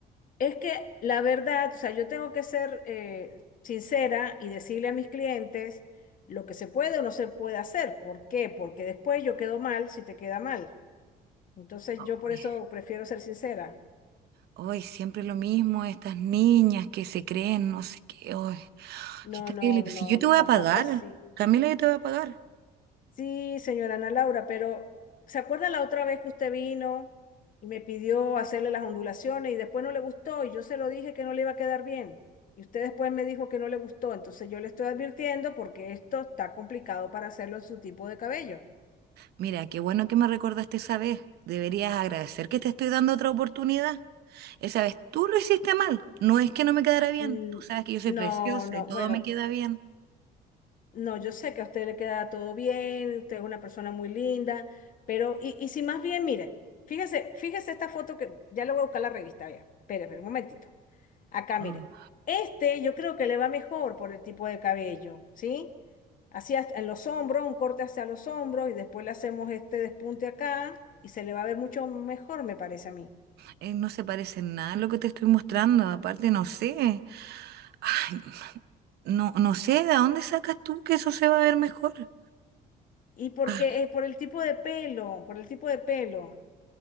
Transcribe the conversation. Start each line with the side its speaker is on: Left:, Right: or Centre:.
Left: Es que la verdad, o sea, yo tengo que ser eh, sincera y decirle a mis clientes lo que se puede o no se puede hacer. ¿Por qué? Porque después yo quedo mal si te queda mal. Entonces
Right: Ay,
Left: yo por eso prefiero ser sincera.
Right: ay, siempre lo mismo, estas niñas que se creen, no sé qué. Ay,
Left: No,
Right: qué terrible.
Left: no, no,
Right: Si yo te voy
Left: tampoco
Right: a pagar,
Left: así.
Right: Camila, yo te voy a pagar.
Left: Sí, señora Ana Laura, pero ¿se acuerda la otra vez que usted vino y me pidió hacerle las ondulaciones y después no le gustó y yo se lo dije que no le iba a quedar bien? Y usted después me dijo que no le gustó, entonces yo le estoy advirtiendo porque esto está complicado para hacerlo en su tipo de cabello.
Right: Mira, qué bueno que me recordaste esa vez. Deberías agradecer que te estoy dando otra oportunidad. Esa vez tú lo hiciste mal. No es que no me quedara bien.
Left: Mm,
Right: Tú sabes que yo soy
Left: No,
Right: preciosa
Left: no,
Right: y todo
Left: bueno,
Right: me queda bien.
Left: no, yo sé que a usted le queda todo bien, usted es una persona muy linda, pero y, y si más bien, mire, fíjese, fíjese esta foto que ya le voy a buscar la revista, vea, espérame un momentito. Acá,
Right: Mm.
Left: mire. Este yo creo que le va mejor por el tipo de cabello, ¿sí? Así hasta- en los hombros, un corte hacia los hombros y después le hacemos este despunte acá y se le va a ver mucho mejor, me parece a mí.
Right: Eh, no se parece en nada a lo que te estoy mostrando. Aparte, no sé. Ay, no, no sé de dónde sacas tú que eso se va a ver mejor.
Left: Y porque
Right: Ah,
Left: eh, por el tipo de pelo, por el tipo de pelo,